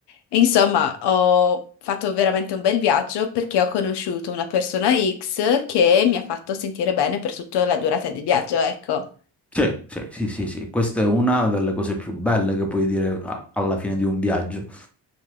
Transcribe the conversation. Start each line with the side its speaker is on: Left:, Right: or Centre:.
Left: insomma, ho fatto veramente un bel viaggio perché ho conosciuto una persona X che mi ha fatto sentire bene per tutta la durata del viaggio, ecco.
Centre: sì, sì, sì, sì, sì. Questa è una delle cose più belle che puoi dire a- alla fine di un viaggio.